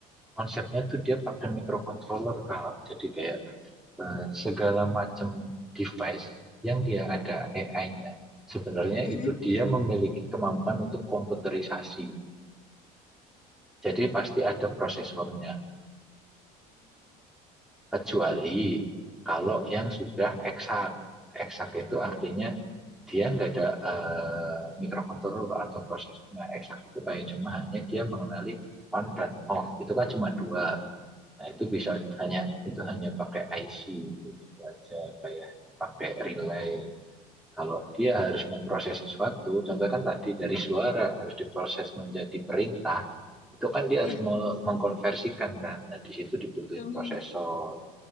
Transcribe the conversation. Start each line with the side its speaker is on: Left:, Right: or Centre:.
Centre: konsepnya tuh dia pakai microcontroller kalau jadi kayak eh, segala macam device yang dia ada AI-nya, sebenarnya
Left: <laughs>
Centre: itu dia memiliki kemampuan untuk komputerisasi. Jadi pasti ada prosesornya, kecuali kalau yang sudah eksak. Eksak itu artinya dia nggak ada eh, microcontroller atau prosesornya. Eksak itu kayak cuma hanya dia mengenali on dan off. Itu kan cuma dua. Nah itu bisa hanya itu hanya pakai IC gitu aja kayak pakai relay Kalau dia harus memproses sesuatu, contohnya kan tadi dari suara harus diproses menjadi perintah, itu kan dia
Left: Iya
Centre: harus me- mengkonversikan kan. Nah, di situ dibutuhin
Left: betul.
Centre: prosesor.